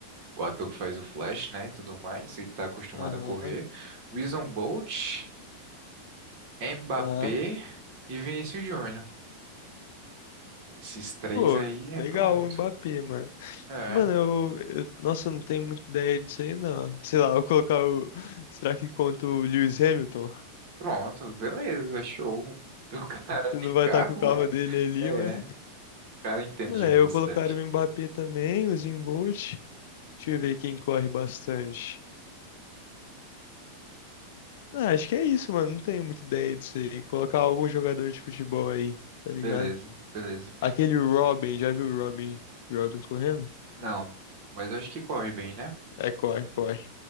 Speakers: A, on the right; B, on the left.
A: o ator que faz o Flash, né, e tudo mais, e tá acostumado
B: Aham,
A: a correr. O Usain Bolt, Mbappé
B: tá.
A: e Vinícius Júnior. Esses três
B: Pô,
A: aí é
B: legal
A: pronto.
B: o Mbappé, mano.
A: É,
B: Mano, eu, eu- Nossa, eu não tenho muita ideia disso aí, não. Sei lá, eu vou colocar o. <laughs> Será que conta o Lewis Hamilton?
A: pronto, beleza, show. <laughs> O cara
B: Não
A: de
B: vai
A: carro
B: estar com o carro
A: é,
B: dele ali,
A: é,
B: mas.
A: o cara entende
B: Mano,
A: de
B: aí
A: velocidade.
B: eu colocaria o Mbappé também, o Usain Bolt. Deixa eu ver quem corre bastante. Ah, acho que é isso, mano. Não tenho muita ideia disso aí. Colocar algum jogador de futebol aí, tá
A: Beleza,
B: ligado?
A: beleza.
B: Aquele Robin, já viu o Robin? Robin correndo?
A: Não, mas eu acho que corre bem, né?
B: É, corre, corre.